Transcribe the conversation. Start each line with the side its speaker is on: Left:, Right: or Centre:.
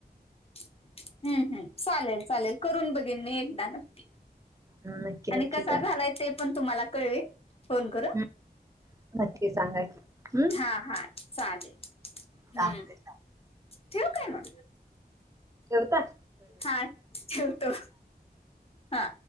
Left: हम्म हम्म चालेल चालेल करून बघीन मी एकदा नक्की.
Right: हम्म, नक्की
Left: आणि
Right: नक्की
Left: कसा
Right: करा
Left: झालाय ते पण तुम्हाला कळवे फोन करून.
Right: हम् नक्की सांगाय हम्म.
Left: हा हा चालेल
Right: चालतंय
Left: हम्म ठव काय म
Right: केवत.
Left: हा ठेवतो हा.